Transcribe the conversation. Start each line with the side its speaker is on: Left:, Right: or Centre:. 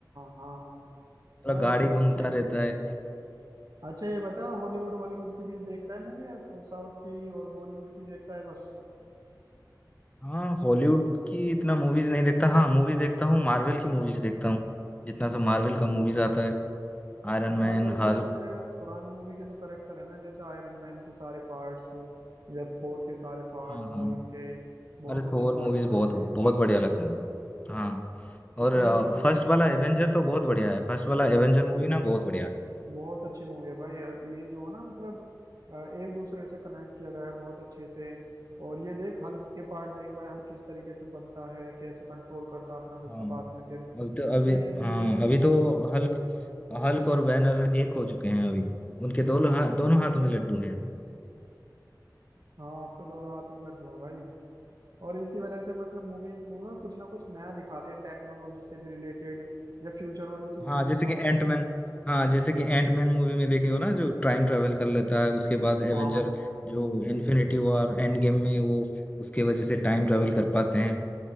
Right: हाँ हाँ
Left: पूरा
Right: मतलब
Left: गाड़ी
Right: बहुत
Left: घूमता
Right: अच्छी एक्टिंग
Left: रहता
Right: है
Left: है
Right: अच्छा ये बता हॉलीवुड बॉलीवुड की भी देखता है मूवी या साउथ की और बॉलीवुड की देखता है बस
Left: हाँ हॉलीवुड की इतना मूवीज नहीं देखता हाँ मूवी देखता हूँ मार्वल की मूवीज देखता हूँ जितना सब मार्वल का मूवीज आता है आयरन
Right: मार्वल
Left: मैन
Right: के
Left: हल्क
Right: यार मुझे पुरानी मूवी के जो करेक्टर है ना जैसे आयरन मैन के सारे पार्ट्स या थोर के सारे पार्ट्स
Left: हाँ हाँ
Right: हल्क के बहुत
Left: अरे
Right: अच्छे
Left: थोर मूवीज
Right: पार्ट्स बनाए
Left: बहुत
Right: हुए
Left: बहुत
Right: हैं
Left: बढ़िया लगते हैं हाँ
Right: और
Left: और
Right: तूने ये
Left: फर्स्ट वाला एवेंजर तो बहुत बढ़िया है फर्स्ट वाला एवेंजर मूवी ना बहुत बढ़िया है
Right: बहुत अच्छी मूवी है भाई ये जो है ना मतलब अ, एक दूसरे से कनेक्ट किया गया है बहुत अच्छे से और ये देख हल्क के पार्ट देख भाई हल्क किस तरीके से बनता है कैसे कंट्रोल करता है अपना गुस्सा
Left: हाँ
Right: बाद में फिर
Left: अभी तो अभी
Right: मतलब एक चीज
Left: हाँ
Right: है <laughs>
Left: अभी तो हल्क हल्क और बैनर एक हो चुके हैं अभी उनके दोनों हा, दोनों हाथों में लड्डू हैं
Right: हाँ अब तो दोनों हाथों में लड्डू हैं भाई और इसी वजह से मतलब मूवी ना कुछ ना कुछ नया दिखाते हैं टेक्नोलॉजी से भी रिलेटेड या फ्यूचर वाली
Left: <laughs>
Right: चीजें
Left: हाँ
Right: भी
Left: जैसे
Right: दिखा
Left: कि
Right: देते
Left: एंटमैन
Right: हैं
Left: हाँ जैसे कि एंटमैन मूवी में देखे हो ना जो टाइम ट्रेवल कर लेता है उसके बाद एवेंजर
Right: हाँ
Left: जो इन्फिनिटी वॉर एंड गेम में वो उसके वजह से टाइम ट्रेवल कर पाते हैं